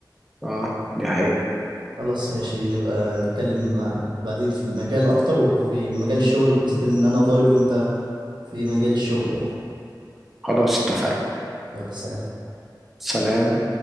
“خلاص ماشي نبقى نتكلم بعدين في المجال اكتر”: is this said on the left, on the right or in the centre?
Right